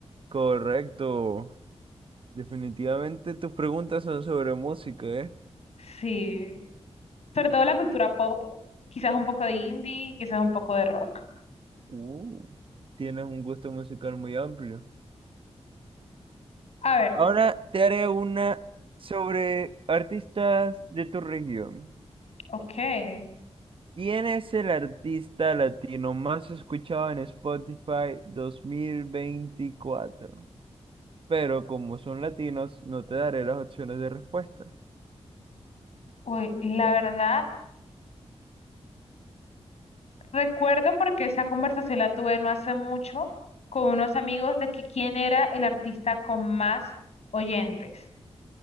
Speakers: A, on the right; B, on the left.
A: Correcto. Definitivamente tus preguntas son sobre música, ¿eh?
B: Sí, sobre todo la cultura pop, quizás un poco de indie, quizás un poco de rock.
A: Uh, tienes un gusto musical muy amplio.
B: A ver,
A: Ahora te haré una sobre artistas de tu región.
B: ok.
A: ¿Quién es el artista latino más escuchado en Spotify 2024? Pero como son latinos, no te daré las opciones de respuesta.
B: Uy, la verdad, recuerdo porque esa conversación la tuve no hace mucho con unos amigos de que quién era el artista con más oyentes.